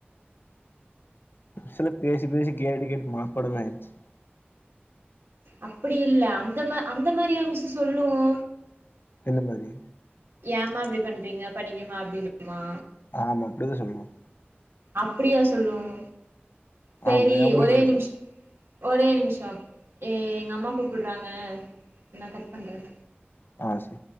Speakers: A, on the left; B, on the right.
A: சில பேசி பேசி கேட்டு கேட்டு மனப்பாடமே ஆயிச்சி
B: அப்டி இல்ல அந்த மா அந்த மாரியா மிஸ்ஸு சொல்லும்
A: எந்த மாரி
B: ஏமா இப்டி பண்றீங்க படிங்கம்மா அப்டின் சொல்லுமா
A: ஆமா அப்டிதா சொல்லும்
B: அப்டியா சொல்லும் சேரி
A: ஆமா உங்களுக்கு
B: ஒரே
A: எப்டி
B: நிமிஷ
A: சொல்லு
B: ஒரே நிமிஷம் ஏ எங்க அம்மா கூப்படறாங்க நா கட் பண்றன்
A: ஆ செ